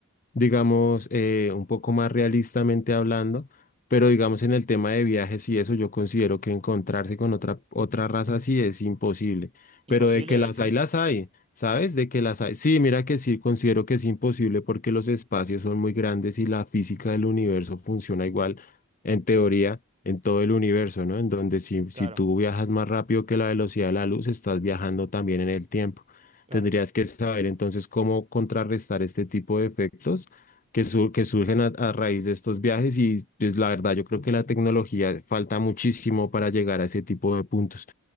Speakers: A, on the left; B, on the right.
A: digamos, eh, un poco más realistamente hablando, pero digamos en el tema de viajes y eso, yo considero que encontrarse con otra, otra raza sí es imposible,
B: imposible
A: pero de que
B: decís.
A: las hay, las hay, ¿sabes? De que las hay. Sí, mira que sí, considero que es imposible porque los espacios son muy grandes y la física del universo funciona igual, en teoría. en todo el universo, ¿no? En donde si,
B: Claro,
A: si tú viajas más rápido que la velocidad de la luz, estás viajando también en el tiempo.
B: claro,
A: Tendrías que saber entonces cómo contrarrestar este tipo de efectos que, sur- que surgen a, a raíz de estos viajes y pues la verdad yo creo que la tecnología falta muchísimo para llegar a ese tipo de puntos.